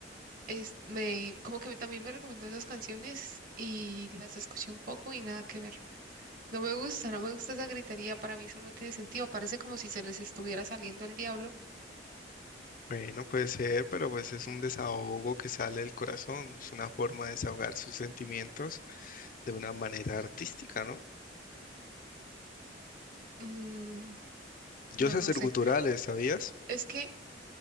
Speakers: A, on the right (about 50°); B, on the left (about 45°).
A: es, me, como que también me recomendó esas canciones y las escuché un poco y nada que ver. No me gusta, no me gusta esa gritería, para mí eso no tiene sentido, parece como si se les estuviera saliendo el diablo.
B: Bueno, puede ser, pero pues es un desahogo que sale del corazón. Es una forma de desahogar sus sentimientos de una manera artística, ¿no?
A: Mm,
B: Yo
A: no,
B: sé
A: no
B: hacer
A: sé.
B: guturales, ¿sabías?
A: Es que